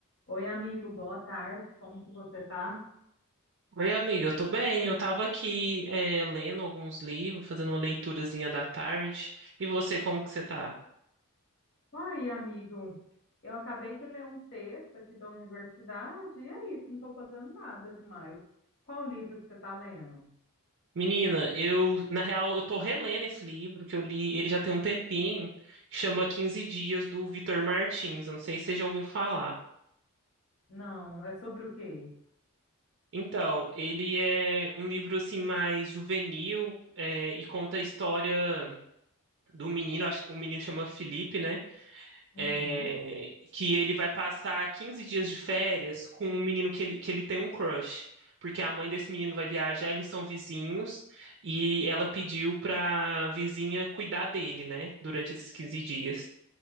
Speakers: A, on the left (about 55°); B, on the right (about 55°).
A: Oi, amigo, boa tarde. Como que você tá?
B: Oi, amiga, eu tô bem. Eu tava aqui, eh, lendo alguns livros, fazendo uma leiturazinha da tarde. E você, como que você tá?
A: Oi, amigo. Eu acabei de ler um texto aqui da universidade e é isso, não estou fazendo nada demais. Qual livro que você está lendo?
B: Menina, eu, na real, eu tô relendo esse livro que eu li, ele já tem um tempinho, que chama Quinze Dias do Vitor Martins. Eu não sei se você já ouviu falar.
A: Não, é sobre o quê?
B: Então, ele é um livro assim mais juvenil, eh, e conta a história do menino, acho que o menino chama Felipe, né?
A: Uhum.
B: é, que ele vai passar 15 dias de férias com um menino que ele, que ele tem um crush. Porque a mãe desse menino vai viajar, eles são vizinhos, e ela pediu pra vizinha cuidar dele, né? Durante esses 15 dias.